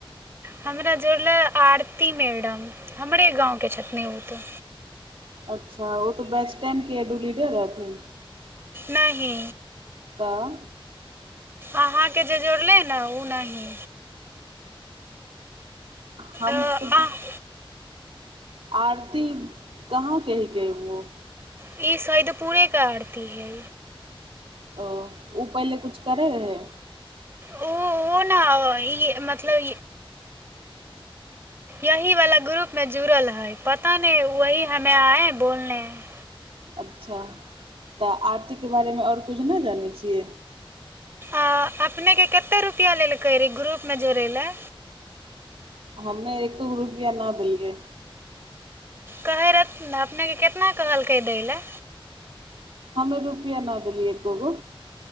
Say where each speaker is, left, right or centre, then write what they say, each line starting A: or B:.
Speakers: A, on the right (about 25°); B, on the right (about 75°).
A: हमरा जुड़लै आरती मैडम हमरे गाँवके छथिन ओ तऽ।
B: अच्छा ओ तऽ बैच टेन के एडू लीडर रहथिन।
A: नहि।
B: वाह।
A: अहाँके जे जोड़लै ने ओ नहि।
B: हम
A: अ,
B: तऽ।
A: आह,
B: आरती। कहाँ कहहि गए वो।
A: ई सैदपुरे क आरती है।
B: ओ ओ पहिले किछु करै रहै।
A: ओ ओ ने मतलब यही वालला ग्रुप मे जुड़ल है पता नहि वह हमे आए बोलने ह।
B: अच्छा तऽ आरती के बारे मे ओर किछु नहि जानै छियै।
A: आ अपनेके कतेक रुपैआ लेलकै रही ग्रुपमे जोड़य लए।
B: हमे एको गो रुपैआ न देलियै।
A: कहै रहथि ने अपनेकेँ कितना कहलकै दै लए।
B: हमे रुपैआ न देलियै एको गो।